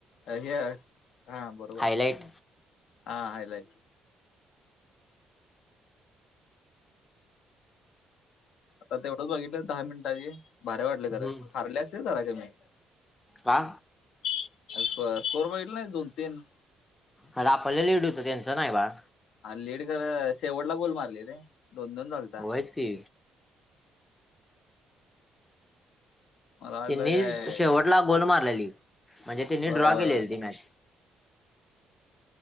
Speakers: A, on the left; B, on the left.
A: हे... हा बरोबर
B: हायलाइट
A: हा... हायलाइट आता तेवढंच बघितलं दहा मिनिटाची... भारी वाटलं खरं...
B: हम्म
A: हारले असतील जरा कमी
B: हा
A: <unintelligible> बगितलं नाई दोन तीन
B: आरं... आपलं लेट होतं... त्यांचं नाई बाळ
A: आरं... लीड खरं... शेवटला गोल मारली रे... दोन दोन गोल झाल्ती
B: होयच की
A: मला वाटलं
B: त्यांनी
A: काय
B: शेवटला गोल मारलेली... म्हणजे त्यांनी
A: होय
B: ड्रॉ
A: होय
B: केलेली
A: होय
B: ती मॅच